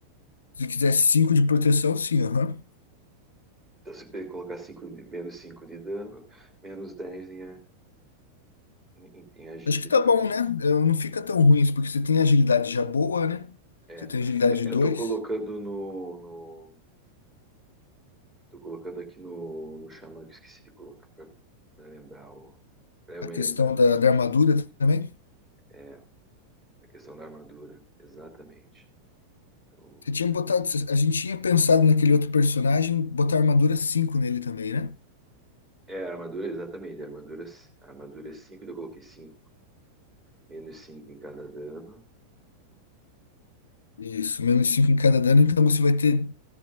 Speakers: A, on the left; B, on the right.
A: Se quiser 5 de proteção, sim, aham.
B: Então, se pe- colocar cinco de- menos 5 de dano, menos 10 em, a- em- em agilidade.
A: Acho que tá bom, né? Eu- Não fica tão ruim isso, porque você tem agilidade já boa, né?
B: É,
A: Você tem agilidade
B: É,
A: dois.
B: eu tô colocando no, Tô colocando aqui no, no Xamã que eu esqueci de colocar pra, pra lembrar o. Pra eu
A: a
B: me
A: questão
B: lembrar.
A: da, da armadura também.
B: É, a questão da armadura. Exatamente. Então eu vou
A: Você
B: colocar
A: tinha botado,
B: aqui.
A: a gente tinha pensado naquele outro personagem, botar armadura cinco nele também, né?
B: É, a armadura, exatamente. A armadura, a armadura é 5, eu coloquei cinco Menos cinco em cada dano.
A: Isso, menos 5 em cada dano, então você vai ter